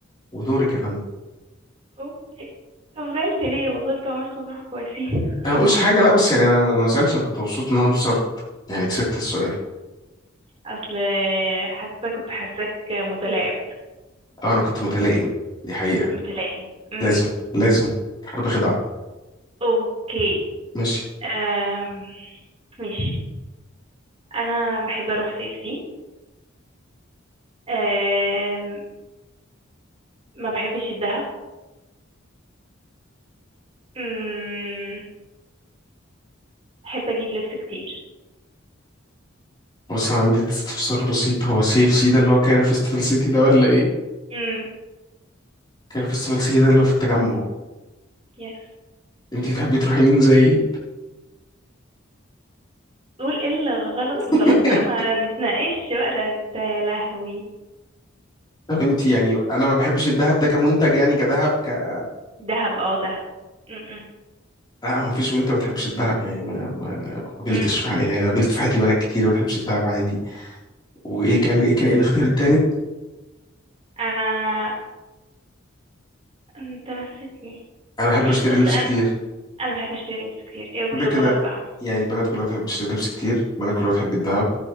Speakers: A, on the left; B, on the right.
A: ودورك يا فندم
B: اوكي طب زعلت ليه والله بتوع مرسى مطروح كويسين <laughs>
A: أنا ما قلتش حاجة لأ بس يعني أنا ما ما زعلتش أنا كنت مبسوط إن أنا انتصرت يعني كسبت السؤال
B: اصل حاسه كنت حاساك متلاعب
A: أو أنا كنت متلائم دي حقيقة
B: متلائم امم
A: لازم لازم حرب خدعة
B: اوكي
A: ماشي
B: أم. ماشي انا بحب اروح سي اف سي أم. ما بحبش الذهب امم بحب اجيب لبس كتير
A: بص انا عندي استفسار بسيط هو سي اف سي ده اللي هو كايرو فيستيفال سيتي ده ولا ايه
B: امم
A: كايرو فيستيفال سيتي ده اللي هو في التجمع
B: يس
A: انت تحبي تروحي مين زي
B: قول ايه اللي غلط وخلاص
A: <laughs>
B: بقى ما نتناقش بقى ده انت يا لهوي
A: طب انت يعني انا ما بحبش الذهب ده كمنتج يعني كذهب كحاجات
B: دهب اه دهب امم
A: لا هو مفيش بنت ما بتحبش الذهب يعني ما ما ما قابلتش
B: امم
A: في حياتي يعني قابلت في حياتي بنات كتير ما بتحبش الذهب عادي وايه
B: أمم.
A: كان ايه كان ايه الاختيار التالت
B: انا انت نسيتني
A: انا بحب اشتري
B: قلت
A: لبس
B: انا
A: كتير
B: انا بحب اشتري لبس كتير ايه اللي
A: كده كده
B: غلط بقى
A: يعني البنات كلها بتحب تشتري لبس كتير البنات كلها بتحب الذهب